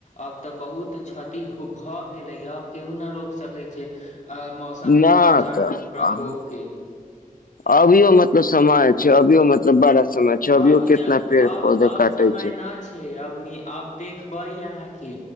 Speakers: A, on the left; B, on the left.
A: आब तऽ बहुत क्षति भऽ गेलैय अब केहू नहि रोकि सकै छै आ मौसमके
B: न
A: प्रचण्ड
B: तऽ अहाँ-
A: प्रकोपके
B: अभियो मतलब समय छै अभियो मतलब बड़ा समय छै अभियो
A: अब
B: कितना
A: जे
B: पेड़
A: अब
B: पौधा
A: अब
B: काटे
A: समय न छै अब अब देखबे आहांके